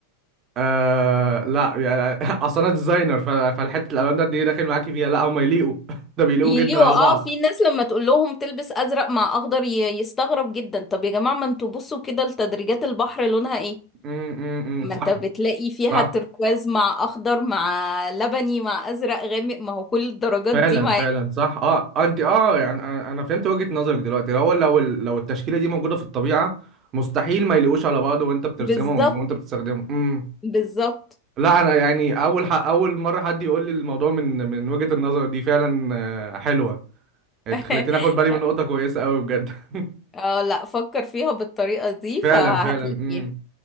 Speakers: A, on the right; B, on the left.
A: آه لا يعني <laughs> اصل انا ديزاينر ف- فالحته الالوان ده دي داخل معاكي فيها لا هم يليقوا <laughs> ده بيليقوا
B: يليقوا
A: جدا على
B: اه
A: بعض
B: في ناس لما تقول لهم تلبس ازرق مع اخضر ي- يستغرب جدا طب يا جماعة ما انتوا بصوا كده لتدريجات البحر لونها ايه
A: امم امم
B: ما
A: صح
B: انت بتلاقي فيها
A: صح
B: تركواز مع اخضر مع لبني مع ازرق غامق ما هو كل الدرجات
A: فعلا
B: دي ما
A: فعلا
B: يليق-
A: صح اه آه، انت اه آه، يعني انا أنا فهمت وجهة نظرك دلوقتي لو لو ال- لو التشكيلة دي موجودة في الطبيعة مستحيل ما يلاقوش على بعض وانت بترسمهم
B: بالظبط
A: وانت بتستخدمهم امم
B: بالظبط
A: لا انا يعني اول ح... اول مرة حد يقول لي الموضوع من من وجهة النظر دي فعلا آه، حلوة انت
B: <laughs>
A: خليتني اخد بالي من نقطة كويسة قوي بجد <laughs>
B: اه لا فكر فيها بالطريقة دي
A: فعلا
B: فهتلاقيها
A: فعلا امم